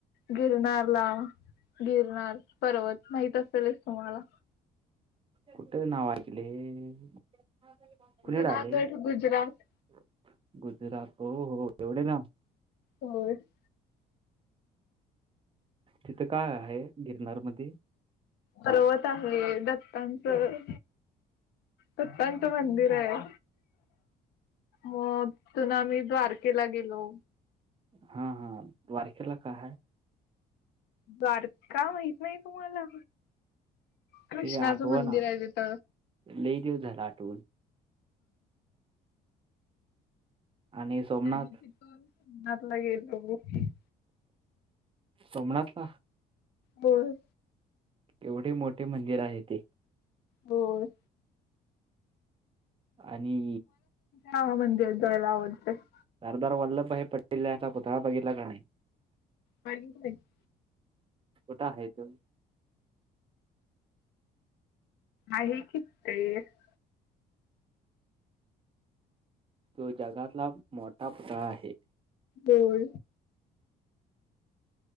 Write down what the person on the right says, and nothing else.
कुठे नाव ऐकले? <unintelligible> खुले
राधे
<unintelligible> गुजरात हो हो एवढे लांब.
तिथं काय आहे गिरनार मध्ये.
हा हा द्वारकेला काय हाय?
ते आठवना
लई दिवस झाला आठवून आणि सोमनाथ
सोमनाथला
एवढी मोठी मंदिर हाय ती.
आणि
सरदार वल्लभभाई पटेल यांचा पुतळा बघितला का?
कृठ हाय तो?
तो जगातला मोठा पुतळा आहे.